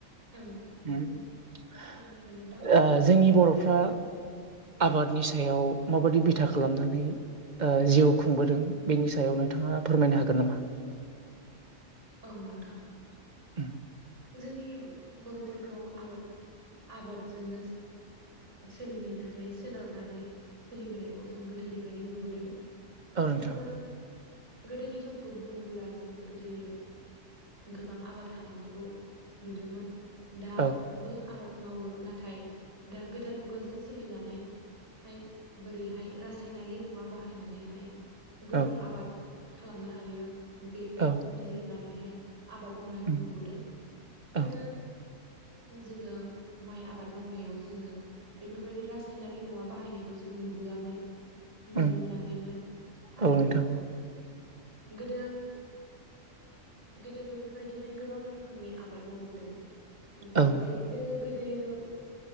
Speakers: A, on the right; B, on the right.
A: औ सों
B: ।
A: सोंनो हागोन नोंथां
B: जोंनि बर'फ्रा आबादनि सायाव माबायदि बिथा खालामनानै ओ जिउ खुंबोदों बेनि सायाव नोंथाङा फोरमायनो हागोन नामा?
A: औ नोंथां ।
B: <unintelligible>
A: जोंनि बर'फोरखौ आरोद आबादजोंनो सोलिनानै सोनारनानै सोलिबोनायखौ जों गोदोनिफ्रायनो नुबोदों
B: औ नोंथां
A: जोङो गोदोनि समखौ बुङोब्ला जोङो गोदो गोबां आबाद खालामनायखौ नुदोंमोन दाबो
B: औ
A: आबाद मावो नाथाय दा गोदान मुगाजों सोलिनानै हाय बोरैहाय रासायनारि मुवा बाहायनानैहाय गोबां
B: औ
A: आबाद खालामनो हायो बेखौ
B: औ
A: बिजिरनानैहाय आबाद मावनायखौ
B: उम
A: नुबोदों । गोदो
B: औ
A: जोङो माइ आबाद मावनायाव जोङो बेफोरबायदि रासायनारि मुवा बाहायनायखौ जों नुबोआमोन । नुनो
B: उम
A: मोनाखैमोन आरो
B: औ नोंथां
A: गोदो गोदो बेफोरबायदिनो गोबां रोखोमनि आबाद मावबोदों जेरैहाय
B: औ
A: जोङो गोदो दैयो